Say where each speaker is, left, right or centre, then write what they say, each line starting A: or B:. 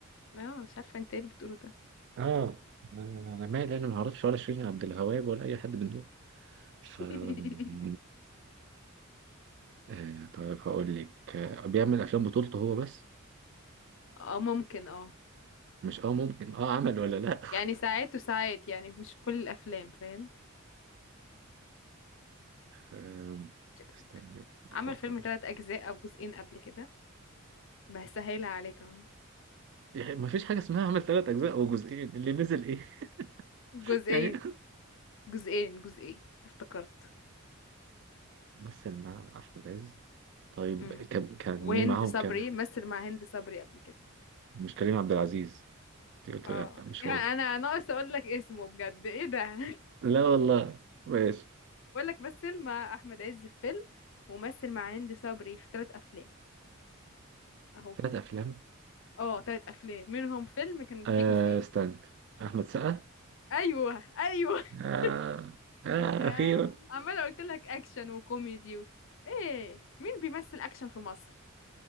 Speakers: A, on the left; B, on the right.
A: <laughs> اه مش عارفة انت ايه اللي بتقوله ده
B: اه انا مالي انا ما اعرفش ولا شيرين عبد الوهاب ولا اي حد من دول ف
A: <laughs>
B: <laughs> آه، طيب هقول لك آه، بيعمل افلام بطولته هو بس
A: اه ممكن اه
B: مش اه ممكن اه عمل ولا لا
A: يعني ساعات وساعات يعني مش في كل الافلام فاهم
B: آم،
A: شكتك
B: استني بفكر
A: عمل فيلم ثلاث اجزاء او جزئين قبل كده بسهلها عليك اهو
B: يعني ما فيش حاجه اسمها عمل ثلاث اجزاء او جزئين اللي نزل ايه
A: جزئين
B: <laughs> يعني
A: جزئين جزئين افتكرت
B: مثل مع احمد عز طيب
A: امم
B: كان كان
A: وهند
B: مين معاهم
A: صبري
B: كمان
A: مثل مع هند صبري قبل كده
B: مش كريم عبد العزيز أنت قلت
A: اه
B: لي لا مش
A: يعني
B: هو
A: انا ناقص اقول لك اسمه بجد ايه ده
B: لا والله ماشي
A: <laughs> بقول لك مثل مع احمد عز في فيلم ومثل مع هند صبري في ثلاث افلام اهو
B: ثلاث أفلام
A: اه ثلاث افلام منهم فيلم كان
B: آه
A: فيه جزئين
B: استنى أحمد سقا
A: ايوه ايوه <laughs>
B: آه آه
A: يا
B: أخيرا
A: عماله قلت لك اكشن وكوميدي و... ايه مين بيمثل اكشن في مصر